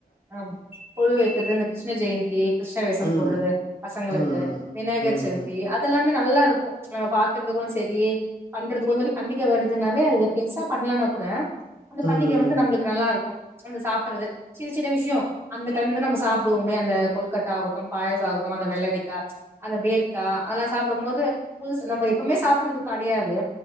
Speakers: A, on the right (about 15°); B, on the left (about 55°).
A: ஆமா கொலு வெக்குறது இந்த கிருஷ்ண ஜெயந்தி கிருஷ்ண வேஷம்
B: ம்.
A: போடுறது பசங்களுக்கு
B: ம்.
A: விநாயகர்
B: ம்.
A: சதுர்த்தி அதெல் ல்லாமே நல்லா இருக்கு நம்ம பாக்குறதுக்கு சேரி பண்றதுக்கு சொல்லி பண்டிக வருதுன்னாவே அது பெருசா பண்ணலனா கூட அந்த
B: ம்.
A: பண்டிக
B: ம்.
A: வந்து நம்மளுக்கு நல்லா இருக்கும் அந்த சாப்புறது சின்ன சின்ன விஷயோ அந்த டைம்லதா நம்ம சாப்புடுவோமே அந்த கொலுகட்டா ஆகட்டும் பாயசோ ஆகட்டும் அந்த வெள்ளரிக்கா அந்த பேரிக்கா அதெல்லாம் சாப்புடும் போது புதுசு நம்ம எப்பமே சாப்படுறது கெடையாது